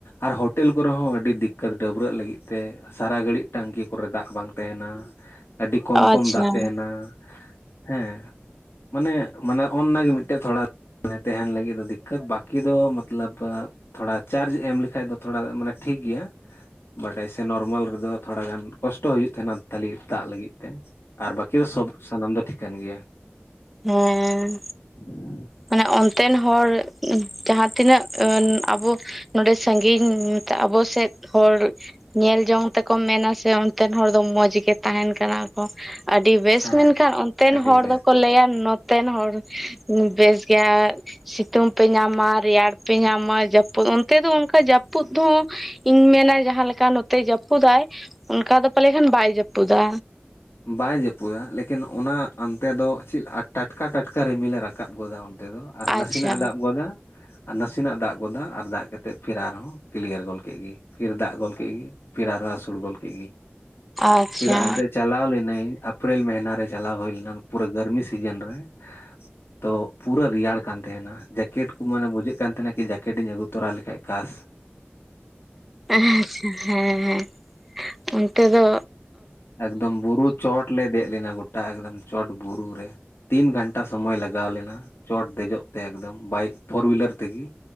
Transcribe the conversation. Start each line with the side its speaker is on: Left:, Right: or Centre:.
Left: ᱟᱨ ᱦᱳᱴᱮᱞ ᱠᱚ ᱨᱮ ᱦᱚᱸ ᱟᱹᱰᱤ ᱫᱤᱠᱟᱛ ᱰᱟᱹᱵᱨᱟᱹᱜ ᱞᱟᱹᱜᱤᱫ ᱛᱮ ᱥᱟᱨᱟ ᱜᱷᱟᱹᱲᱤᱡ ᱴᱟᱝᱠᱤ ᱠᱚ ᱨᱮ ᱫᱟᱜ ᱵᱟᱝ ᱛᱟᱦᱮᱱᱟ ᱟᱹᱰᱤ ᱠᱚᱢ
Centre: ᱟᱪᱪᱷᱟ
Left: ᱠᱚᱢ ᱫᱟᱜ ᱛᱟᱦᱮᱱᱟ
Centre: ᱦᱮᱸ
Left: ᱦᱮᱸ ᱢᱟᱱᱮ ᱢᱟᱱᱮ ᱚᱱᱱᱟ ᱜᱮ ᱢᱤᱫᱴᱮᱡ ᱛᱷᱚᱲᱟ ᱛᱟᱦᱮᱱ ᱞᱟᱹᱜᱤᱫ ᱫᱚ ᱫᱤᱠᱠᱟᱛ ᱵᱟᱠᱤ ᱫᱚ ᱢᱟᱛᱞᱟᱵᱼᱼ ᱛᱷᱚᱲᱟ ᱪᱟᱨᱡᱽ ᱮᱢ ᱞᱮᱠᱷᱟᱱ ᱫᱚ ᱛᱷᱚᱲᱟ ᱢᱟᱱᱮ ᱴᱷᱤᱠ ᱜᱮᱭᱟ᱾ ᱵᱟᱰᱟᱭ ᱥᱮ ᱱᱚᱨᱢᱟᱞ ᱨᱮ ᱫᱚ ᱛᱷᱚᱲᱟ ᱜᱟᱱ ᱠᱚᱥᱴᱚ ᱦᱩᱭᱩᱜ ᱛᱟᱦᱮᱱᱟ ᱛᱟᱞᱤ ᱫᱟᱜ ᱞᱟᱹᱜᱤᱫ ᱛᱮ ᱟᱨ ᱵᱟᱹᱠᱤ ᱫᱚ ᱥᱚᱵ ᱥᱟᱱᱟᱢ ᱫᱚ ᱴᱷᱤᱠᱟᱹᱱ ᱜᱮᱭᱟ᱾
Centre: ᱦᱮᱸ ᱦᱮᱸ
Left: <inaudible>
Centre: ᱢᱟᱱᱮ ᱚᱱᱛᱮᱱ ᱦᱚᱲ ᱡᱟᱦᱟ ᱛᱤᱱᱟᱹᱜ ᱟᱵᱳ ᱱᱚᱰᱮ ᱥᱟᱹᱜᱤᱧ ᱟᱵᱳ ᱥᱮᱫ ᱦᱚᱲᱼᱼ ᱧᱮᱞ ᱡᱚᱝ ᱛᱮ ᱠᱚ ᱢᱮᱱᱟ ᱥᱮ ᱚᱱᱛᱮᱱ ᱦᱚᱲ ᱫᱚ ᱢᱚᱡᱽ ᱜᱮ ᱛᱟᱦᱮᱱ ᱠᱟᱱᱟ ᱠᱚ᱾ ᱟᱹᱰᱤ ᱵᱮᱥ
Left: ᱦᱮᱸ
Centre: ᱢᱮᱱ ᱠᱷᱟᱱ ᱚᱱᱛᱮᱱ
Left: ᱟᱹᱰᱤ
Centre: ᱦᱚᱲ
Left: ᱵᱮᱥ
Centre: ᱫᱚ ᱠᱚ ᱞᱟᱹᱭᱟ ᱱᱚᱛᱮᱱ ᱦᱚᱲ ᱵᱮᱥ ᱜᱮᱭᱟ᱾ ᱥᱤᱛᱩᱝ ᱯᱮ ᱧᱟᱢᱟ ᱨᱮᱭᱟᱲ ᱯᱮ ᱧᱟᱢᱟ ᱡᱟᱹᱯᱩᱫ ᱚᱱᱛᱮ ᱫᱚ ᱚᱱᱠᱟ ᱡᱟᱹᱯᱩᱫ ᱦᱚᱸᱼᱼ ᱤᱧ ᱢᱮᱱᱟ ᱡᱟᱦᱟᱸ ᱞᱮᱠᱟ ᱱᱚᱛᱮ ᱡᱟᱹᱯᱩᱫᱟᱭ ᱚᱱᱠᱟ ᱫᱚ ᱯᱟᱞᱮ ᱠᱷᱟᱱ ᱵᱟᱭ ᱡᱟᱹᱯᱩᱫᱟ᱾
Left: ᱵᱟᱭ ᱡᱟᱹᱯᱩᱫᱟ ᱞᱮᱠᱤᱱ ᱚᱱᱟ ᱚᱱᱛᱮ ᱫᱚ ᱪᱮᱫ ᱴᱟᱴᱠᱟ ᱴᱟᱴᱠᱟ ᱨᱤᱢᱤᱞ ᱮ ᱨᱟᱠᱟᱵ ᱜᱚᱫᱟ ᱚᱱᱛᱮ ᱫᱚ ᱟᱨ ᱱᱟᱥᱮᱱᱟᱜ
Centre: ᱟᱪᱪᱷᱟ
Left: ᱮ ᱫᱟᱜ ᱜᱚᱫᱟ᱾ ᱟᱨ ᱱᱟᱥᱮᱱᱟᱜ ᱫᱟᱜ ᱜᱚᱫᱟ ᱟᱨ ᱫᱟᱜ ᱠᱟᱛᱮᱜ ᱯᱷᱤᱨ ᱟᱨᱦᱚᱸ ᱠᱞᱤᱭᱟᱨ ᱜᱚᱫ ᱠᱮᱫ ᱜᱮ ᱯᱷᱤᱨ ᱫᱟᱜ ᱜᱚᱫ ᱠᱮᱫ ᱜᱮ᱾ ᱯᱷᱤᱨ ᱟᱨᱦᱚᱸ ᱟᱥᱳᱲ ᱜᱚᱫ ᱠᱮᱫ ᱜᱮ
Centre: ᱟᱪᱪᱷᱟ
Left: ᱪᱮᱫᱟᱜ
Centre: ᱟᱪᱪᱷᱟ
Left: ᱮᱱᱛᱮ ᱪᱟᱞᱟᱣ ᱞᱮ ᱤᱱᱟᱹᱧ ᱮᱯᱨᱤᱞ ᱢᱟᱹᱦᱱᱟᱹ ᱨᱮ ᱪᱟᱞᱟᱣ ᱦᱩᱭ ᱞᱮᱱᱟ ᱯᱩᱨᱟᱹ ᱜᱟᱨᱢᱤ ᱥᱤᱡᱤᱱ ᱨᱮ᱾ ᱛᱚ ᱯᱩᱨᱟᱹ ᱨᱮᱭᱟᱲ ᱠᱟᱱ ᱛᱟᱦᱮᱸᱱᱟ ᱡᱮᱠᱮᱴ ᱠᱩ ᱢᱟᱱᱮ ᱵᱩᱡᱷᱟᱹᱜ ᱠᱟᱱ ᱛᱟᱦᱮᱸᱱᱟ ᱠᱤ ᱡᱮᱠᱴ ᱤᱧ ᱟᱹᱜᱩ ᱛᱚᱨᱟ ᱞᱮᱠᱷᱟᱡ ᱠᱟᱥᱼᱼ <inaudible>
Centre: ᱟᱪᱷᱟ ᱦᱮᱸ-ᱦᱮᱸ ᱚᱱᱛᱮ ᱫᱚᱼᱼ
Left: ᱮᱠᱫᱚᱢ ᱵᱩᱨᱩ ᱪᱚᱴ ᱞᱮ ᱫᱮᱡ ᱞᱮᱱᱟ ᱜᱚᱴᱟ ᱮᱠᱫᱚᱢ ᱪᱚᱴ ᱵᱩᱨᱩ ᱨᱮ᱾ ᱛᱤᱱ ᱜᱷᱟᱱᱴᱟ ᱥᱚᱢᱚᱭ ᱞᱟᱜᱟᱣ ᱞᱮᱱᱟ ᱪᱚᱴ ᱫᱮᱡᱚᱜ ᱛᱮ ᱮᱠᱫᱚᱢ ᱵᱟᱭᱤᱠ ᱯᱷᱳᱨ ᱩᱭᱤᱞᱟᱨ ᱛᱤᱜᱮ᱾